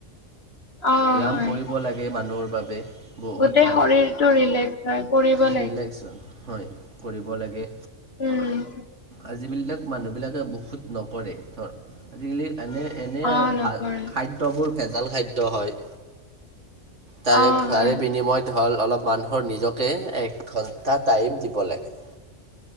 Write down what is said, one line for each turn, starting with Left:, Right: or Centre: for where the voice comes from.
Left: অ'
Right: ব্যায়াম
Left: হয়,
Right: কৰিব লাগে মানুহৰ বাবে। বহুত
Left: গোটেই
Right: ভাল
Left: শৰীৰটো ৰিলেক্স হয় কৰিব
Right: ৰিলেক্স
Left: লাগে।
Right: হয় কৰিব লাগে
Left: উম,
Right: আ যিবিলাক মানুহ বিলাকে বহু নকৰে ধৰ আজিকালি এনে এনে
Left: অ' নকৰে,
Right: ভাল খাদ্যবোৰ ভেজাল খাদ্য হয়। তাৰে
Left: অ'
Right: তাৰে
Left: হয়,
Right: বিনিময়ত হ'ল অলপ মানুহৰ নিজকে এক ঘণ্টা টাইম দিব লাগে।